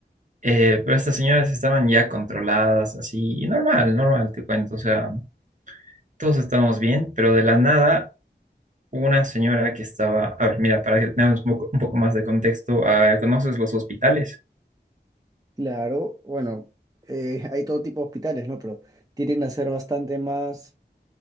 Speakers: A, on the right; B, on the right.
A: eh, pero estas señoras estaban ya controladas, así, y normal, normal, te cuento, o sea, todos estábamos bien, pero de la nada una señora que estaba, a ver, mira, para que tengamos un poco, un poco más de contexto, ah, ¿conoces los hospitales?
B: Claro, bueno, eh, hay todo tipo de hospitales, ¿no? Pero tienden a ser bastante más